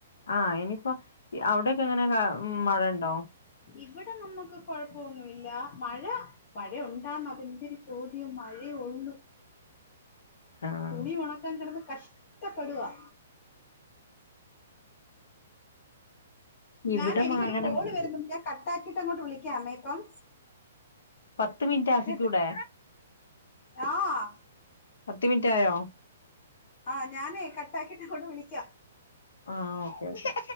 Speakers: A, on the left; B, on the left.
A: ആഹ് ഇനീപ്പം അവിടൊക്കെ എങ്ങനെ ക മഴയിണ്ടോ
B: ഇവിടെ നമക്ക് കൊഴപ്പോന്നുല്ല മഴ മഴയ ഉണ്ടാന്ന അതെൻതൊരു ചോദ്യം മഴയേ ഒള്ളൂ
A: ആഹ്
B: തുണി ഉണക്കാൻ കെടന്ന് കഷ്ടപ്പെടുവാ
A: ഇവിടെ
B: ഞാൻ എനിക്കൊരു
A: അങ്ങനെ
B: കോള് വരുന്നു ഞാൻ കട്ടാക്കിയിട്ട് അങ്ങോട്ട് വിളിക്കാമേ ഇപ്പം
A: പത്ത് മിനിറ്റ് ആക്കിക്കൂടെ
B: കേട്ട് ആഹ്
A: പത്ത് മിനിറ്റ് ആയോ
B: ആ ഞാനേ കട്ടാക്കിട്ട് അങ്ങോട്ട് വിളിക്കാം
A: ആഹ് ഓക്കെ